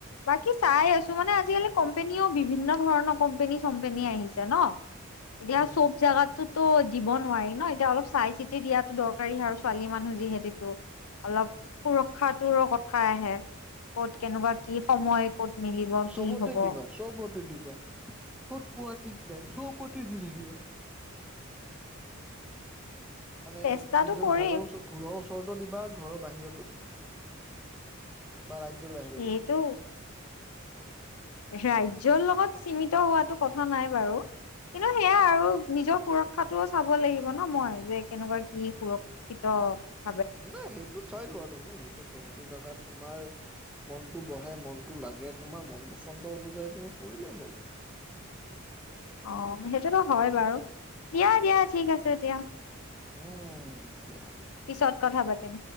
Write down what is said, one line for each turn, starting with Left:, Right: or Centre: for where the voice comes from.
Left: বাকী চাই আছো মানে আজিকালি কোম্পেনীও বিভিন্ন ধৰণৰ কোম্পেনী চম্পেনী আহিছে ন? এতিয়া
Centre: উম
Left: চব জাগাত টোতো দিব নোৱাৰি ন এতিয়া অলপ চাই চিতি দিয়াতো দৰকাৰী আৰু ছোৱালী মানুহ যিহেতো অলপ সুৰক্ষাটোৰো কথা আহে ক'ত কেনেকুৱা কি সময় ক'ত- মিলিব
Centre: চবতে
Left: কি হব
Centre: দিবা, চবতে দিব বা। ক'ত পোৱা ঠিক নাই, চবতে দি থাকিবা। মানে
Left: চেষ্টাটো
Centre: নিজৰ
Left: কৰিম
Centre: ঘৰৰ ওচ- ঘৰৰ ওচৰতো দিবা, ঘৰৰ বাহিৰতো দিবা। বা ৰাজ্যৰ বাহিৰতো
Left: সেইটো
Centre: দিবা
Left: সেয়াই জৰ লগত চিনিত হোৱাটো কথা নাই বাৰু। কিন্তু সেয়া আৰু, নিজৰ সুৰক্ষাটোও চাব লাগিব ন মই, যে কেনেকুৱা কি সুৰক্ষিত অ'।
Centre: নাই, সেইটো চাই লোৱা তুমি। টো কোনটো জেগাত তোমাৰ মনটো বহে, মনটো লাগে, তোমাৰ মন পছন্দ অনুযায়ী তুমি কৰিলে হ'ল।
Left: অ' সেইটোতো হয় বাৰু। দিয়া - দিয়া, ঠিক আছে এতিয়া।
Centre: উম, দিয়া দে।
Left: পিছত কথা পাতিম